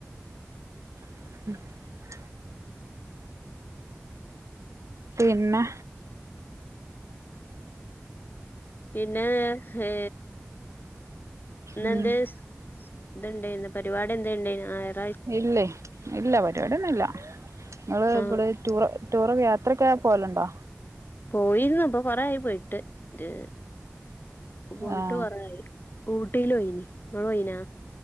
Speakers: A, on the right; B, on the left.
A: <inaudible> പിന്നെ
B: പിന്നെ ഏ ഇന്നെന്ത്
A: ഉം
B: സ് തെന്തെന്നു പരിവാ തെന്തെയ്ണ്ടേന്നാ ആ എർ
A: ഇല്ലേ ഇല്ല പരിപാടിയൊന്നുല്ല ഇങ്ങള്
B: ആഹ്
A: ഇവിടെ ടൂറ് ടൂറ് യാത്രക്കെ പോവല്ണ്ടോ
B: പോയിര്ന്നു ഇപ്പൊ കൊറേ ആയി പോയിട്ട് ഒര് പോയിട്ട്
A: ആഹ്
B: കൊറായി ഊട്ടിയില് പോയിനി. ങ്ങള് പോയിനാ